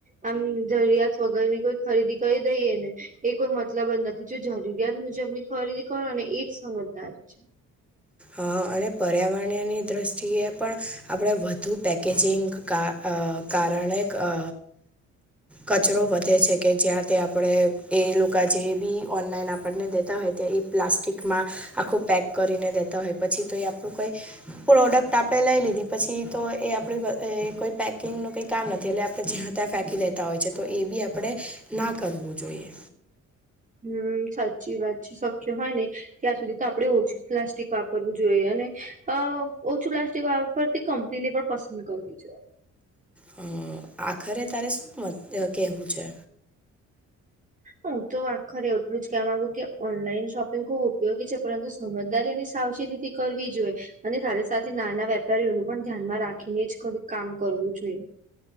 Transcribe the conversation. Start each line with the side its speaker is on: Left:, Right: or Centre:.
Right: આમ જરૂરિયાત વગર ની કોઈ ખરીદી કરી દઈએ ને એ કોઈ મતલબ જ નથી જો જરૂરિયાત મુજબની ખરીદી કરો અને એજ સમજદારી છે.
Centre: અ અને પર્યાવરણીની દ્રષ્ટિએ પણ આપણે વધુ પેકેજિંગ કા અ કારણે અ કચરો વધે છે. કે જ્યાં આપણે એ લોકો જે બી ઓનલાઈન આપને દેતા હોય ત્યાં એ પ્લાસ્ટિક માં આખું પેક કરીને પછી તો એ આપણું કોઈ પ્રોડક્ટ આપે લઈ લીધી પછી તો એ આપ અ એ પેકિંગું કઈ કામ નથી એટલે આપણે જ્યાં ત્યાં ફેંકી લેતા હોય છે. તો એ બી આપણે ના કરવું જોઈએ.
Right: હમ્મ, સાચી વાત છે. શક્ય હોય ને ત્યાં સુધી તો આપણે ઓછું પ્લાસ્ટિક વાપરવું જોઈએ અને અ ઓછું પ્લાસ્ટિક વાપરતી કંપનીને પણ પસંદ કરવી જોઈએ.
Centre: હ આખરે તારે શું કહેવું છે?
Right: હું તો આખરે એટલું જ કે માંગુ કે ઓનલાઈન શોપિંગ ખુબ ઉપયોગી છે પરંતુ સમજદારીની સાવચેતીથી કરવી જોઈએ અને સાથે સાથે નાના વેપારીઓનું પણ ધ્યાનમાં રાખીને જ કામ કરવું જોઈએ